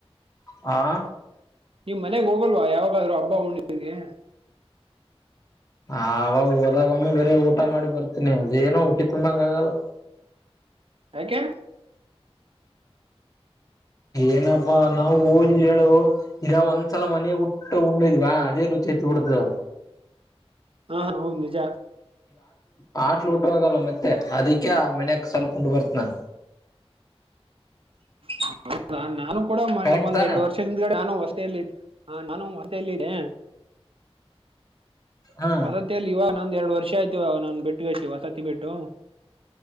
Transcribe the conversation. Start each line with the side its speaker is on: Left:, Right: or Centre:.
Left: ಹಾಂ
Right: ನೀವ್ ಮನೆಗ್ ಹೋಗಲ್ವಾ ಯಾವಾಗಾದ್ರುೂ ಹಬ್ಬ ಹುಣ್ಣಗೆ.
Left: ಆವಾಗ ಹೋದಾಗ ಒಮ್ಮೆ ಬೇರೆ ಊಟ ಮಾಡಿ ಬರ್ತೀನಿ ಅದೇನೋ ಹಟ್ಟಿ ತುಂಬಂಗ ಆಗಲ್ಲ. ಹ <inaudible>
Right: ಯಾಕೆ
Left: ಏನಪ್ಪಾ ನಾವು ಹೋಗ್ಲಿ ಹೇಳು ಈಗ ಒಂದ್ಸಲ ಮನ ಊಟ ಉಣಿದ್ವಾ ಅದೇ ರು ಚೇತ ಕೊಡ್ತದಾ
Right: ಹಾ ಹ ಹ ನಿಜ
Left: ಹಾಸ್ಟೆಲ್ ಊಟ ಹೋಗಲ್ಲ ಮತ್ತೆ ಅದಕ್ಕೆ ಆ ಮನ್ಯಕ್ ಸ್ವಲ್ಪ ಉಂಟು ಬರ್ತ ನನ್
Right: ಹೌ ನಾನು ಕೂಡ ಮ
Left: ಕರೆಕ್ಟ್
Right: ಒಂದ್
Left: ತಾನೆ
Right: ಎರಡು ವರ್ಷ ಹಿಂದಗಡೆ ನಾನು ಹೊತಲ್ಲ ನಾನು ತಲ್ಲಿರ
Left: ಹಾ
Right: ವಸತಿಿಯಲ್ಲಿ ಇವಾಗ ನಂದ ಎರಡು ವರ್ಷ ಆಯ್ತಿು ಇವಾಗ ನಾನು ಬಿಟ್ಟುಷ್ಟಿ ವಸತಿ ಬಿಟ್ಟು